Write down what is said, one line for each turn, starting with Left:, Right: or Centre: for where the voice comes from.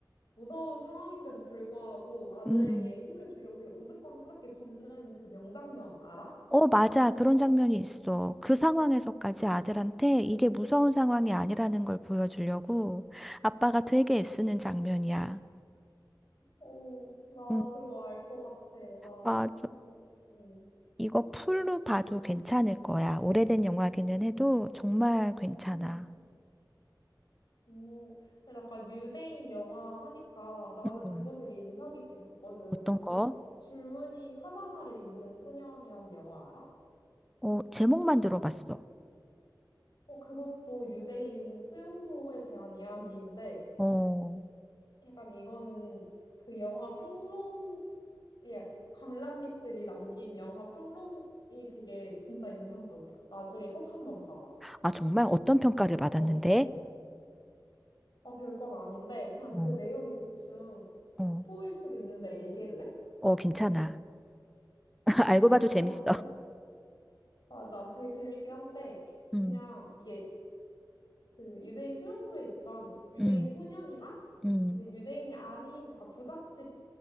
Left: 무서운 상황인데도 불구하고 아들에게
Centre: 음.
Left: 힘을 주려고 되게 우스꽝스럽게 걷는 그 명장면 알아?
Centre: 어, 맞아. 그런 장면이 있어. 그 상황에서까지 아들한테 이게 무서운 상황이 아니라는 걸 보여주려고 아빠가 되게 애쓰는 장면이야.
Left: 어, 나
Centre: 음,
Left: 그거 알 것 같아. 나, 어,
Centre: 맞아.
Left: 어,
Centre: 이거 풀로 봐도 괜찮을 거야. 오래된 영화기는 해도 정말 괜찮아.
Left: 응. 오, 근데 약간 유대인 영화 하니까 나는
Centre: 음,
Left: 그거 되게 인상 깊게 봤거든.
Centre: 어떤
Left: 그
Centre: 거?
Left: 줄무늬 파자마를 입은 소년이라는 영화 알아?
Centre: 어, 제목만 들어봤어.
Left: 어, 그것도 유대인 수용소에 대한 이야기인데
Centre: 어,
Left: 약간 이거는 그 영화 평론, 예, 관람객들이 남긴 영화 평론이 되게 진짜 인상적이야. 나중에 꼭 한번 봐봐.
Centre: 아, 정말 어떤 평가를 받았는데?
Left: 어, 어, 별건 아닌데 그냥 그
Centre: 어,
Left: 내용이 대충
Centre: 어,
Left: 스포일 수도 있는데 얘기해도 돼?
Centre: 어, 괜찮아. <laughs> 알고
Left: 그냥
Centre: 봐도 재밌어.
Left: 그냥 맞아. 되게 재밌긴 한데,
Centre: 음,
Left: 그냥 이게 그 유대인 수용소에 있던 유대인
Centre: 음,
Left: 소년이랑
Centre: 음,
Left: 이제 유대인이 아닌 약간 부잣집